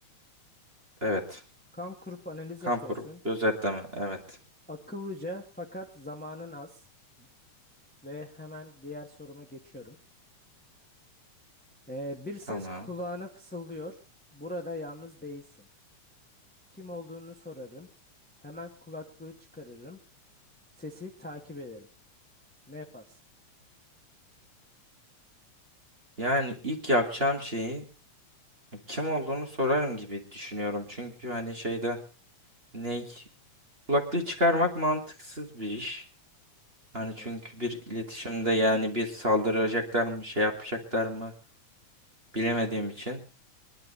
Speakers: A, on the right; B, in the centre.
A: Evet.
B: Kamp kurup analiz
A: Kamp
B: yapıyorsun.
A: kurup gözetleme. Evet.
B: Akıllıca fakat zamanın az. Ve hemen diğer soruma geçiyorum. Ee, bir ses
A: Tamam.
B: kulağına fısıldıyor. Burada yalnız değilsin. Kim olduğunu sorarım. Hemen kulaklığı çıkarırım. Sesi takip ederim. Ne yaparsın?
A: Yani ilk yapacağım şeyi kim olduğunu sorarım gibi düşünüyorum. Çünkü hani şeyde ne kulaklığı çıkarmak mantıksız bir iş. Hani
B: Evet.
A: çünkü bir iletişimde yani bir saldıracaklar mı şey yapacaklar mı bilemediğim için.